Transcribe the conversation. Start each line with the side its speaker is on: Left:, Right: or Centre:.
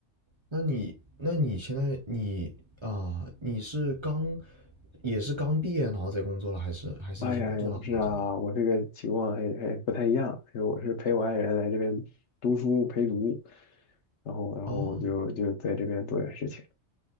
Right: 那你，那你现在你啊、你是刚也是刚毕业然后在工作了，还是还是已经工作了好几年了？
Left: 哎呀，也不是啊，我这个情况还还不太一样，因为我是陪我爱人来这边读书陪读，然后然后我就就在这边做点事情，
Right: 哦